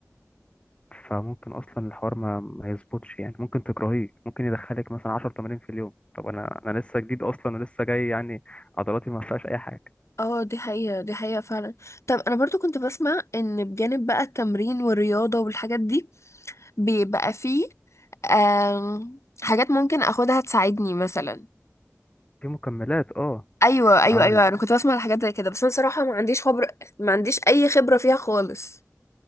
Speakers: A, on the left (about 20°); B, on the left (about 60°).
A: فممكن اصلا الحوار ما ما يظبطش يعني ممكن تكرهيه ممكن يدخلك مثلا 10 تمارين في اليوم طب انا انا لسه جديد اصلا ولسه جاي يعني عضلاتي ما فيهاش اي حاجه
B: اه دي حقيقة دي حقيقة فعلا طب انا برضو كنت بسمع ان بجانب بقى التمرين والرياضة والحاجات دي بيبقى فيه آم، حاجات ممكن اخدها تساعدني مثلا
A: في مكملات اه
B: ايوه ايوه
A: هقول
B: ايوه انا كنت بسمع على حاجات زي كده بس انا صراحة ما عنديش خبرة ما عنديش اي خبرة فيها خالص